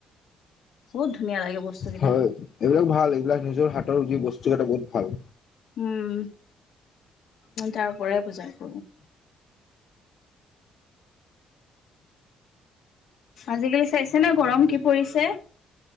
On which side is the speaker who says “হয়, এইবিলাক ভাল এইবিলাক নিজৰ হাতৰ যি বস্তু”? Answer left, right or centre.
Left